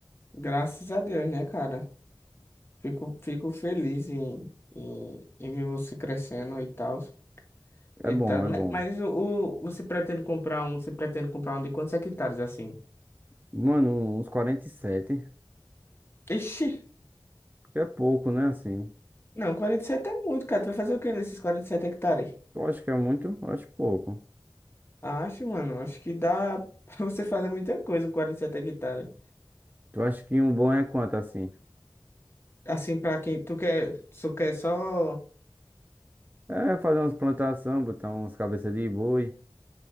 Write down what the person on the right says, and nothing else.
É bom,
é
bom.
Mano, uns 47,
que é pouco, né, assim.
Eu acho que é muito, eu acho pouco.
Tu acha que um bom é quanto, assim?
É fazer umas plantações, botar umas cabeças de boi.